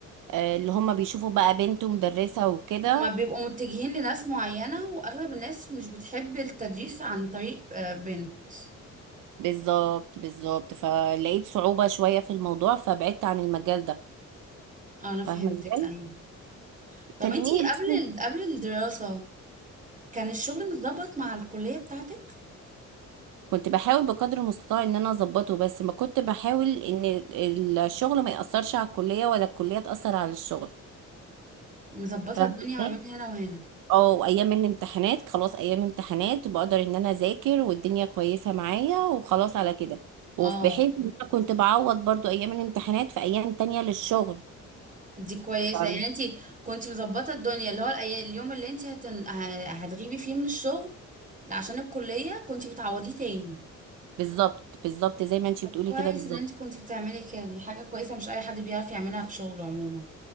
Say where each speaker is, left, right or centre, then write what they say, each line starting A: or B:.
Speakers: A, on the right; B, on the right.
A: آه، اللي هم بيشوفوا بقى بنت مدرسة وكده
B: هما بيبقوا متجهين لناس معينة وأغلب الناس مش بتحب التدريس عن طريق آه، بنت
A: بالظبط بالظبط فلقيت صعوبة شوية في الموضوع فبعدت عن المجال ده
B: آه، أنا فهمتك
A: فاهمة ازاي؟
B: أيوة طب
A: كلميني
B: انتي قبل
A: بس
B: قبل الدراسة كان الشغل متظبط مع الكلية بتاعتك؟
A: كنت بحاول بقدر المستطاع ان انا اظبطه بس ما كنت بحاول ان الشغل ما يأثرش على الكلية ولا الكلية تأثر على الشغل
B: مظبطة
A: فاهمة
B: الدنيا
A: ازاي؟
B: ما بين هنا وهنا
A: اه ايام الامتحانات خلاص ايام امتحانات بقدر ان انا اذاكر والدنيا كويسة معايا وخلاص على كده وبحيث
B: اه
A: ان انا كنت بعوض برضو ايام الامتحانات في ايام تانية للشغل
B: دي كويسة
A: فاهمة؟
B: يعني انتي كنتي مظبطة الدنيا اللي هو الأي- اليوم اللي انتي هتن... ه- هتغيبي فيه من الشغل عشان الكلية كنتي بتعوضيه تاني
A: بالظبط بالظبط زي ما انتي
B: طب
A: بتقولي
B: كويس
A: كده بالظبط
B: ان انتي كنتي بتعملي كده دي حاجة كويسة مش أي حد بيعرف يعملها في شغله عموما